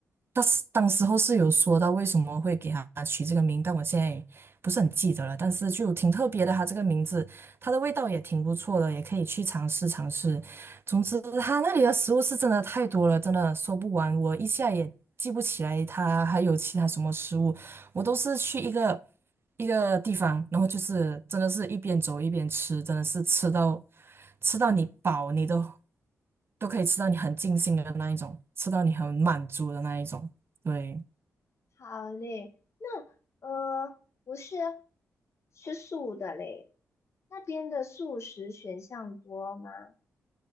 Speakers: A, on the right (about 45°); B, on the left (about 55°).
A: 当时当时候是有说到为什么会给它取这个名，但我现在不是很记得了，但是就挺特别的，它这个名字，它的味道也挺不错的，也可以去尝试尝试。总之，它那里的食物是真的太多了，真的说不完，我一下也记不起来它还有其他什么食物。我都是去一个一个地方，然后就是真的是一边走一边吃，真的是吃到吃到你饱，你都都可以吃到你很尽兴的那一种，吃到你很满足的那一种。对，
B: 好嘞，那呃我是吃素的嘞，那边的素食选项多吗？